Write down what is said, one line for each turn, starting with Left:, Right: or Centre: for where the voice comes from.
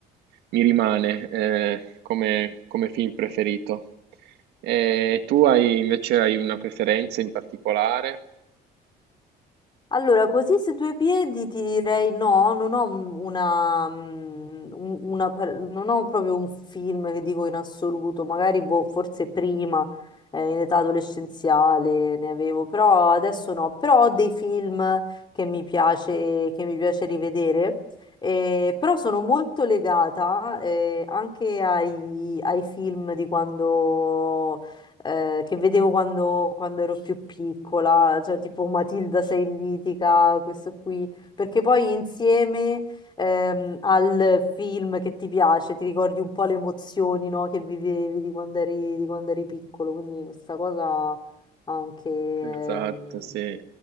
Right: Mi rimane, ehm, come come film preferito. E tu hai invece hai una preferenza in particolare?
Left: Allora, così su due piedi ti direi no, non ho m- una, mm, un- una par- non ho proprio un film che dico in assoluto, magari boh, forse prima, eh, in età adolescenziale ne avevo, però adesso no, però ho dei film che mi piace, che mi piace rivedere, eh, però sono molto legata, eh, anche ai, ai film di quando eh, che vedevo quando, quando ero più piccola, cioè tipo Matilda sei mitica, questo qui, perché poi insieme ehm, al film che ti piace ti ricordi un po' le emozioni, no, che vivevi di quando eri, di quando eri piccolo, quindi questa cosa anche ehm,
Right: Esatto, sì.